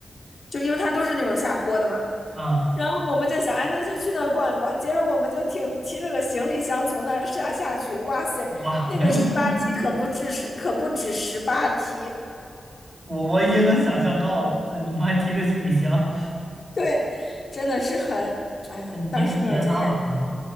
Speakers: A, on the left; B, on the right.
A: 就因为它都是那种下坡的嘛。
B: 啊，
A: 然后我们就想，哎，那就去那儿逛一逛。接着我们就挺提着个行李箱从那儿下下去，哇塞，
B: 哇，
A: 那个十八梯可不止是可不止十八梯，
B: 你要你你我我已经能想象到了，这你们还提着行李箱，
A: 对，真的是很，哎呀，
B: 你们体验拉满了。
A: 当时没有经验，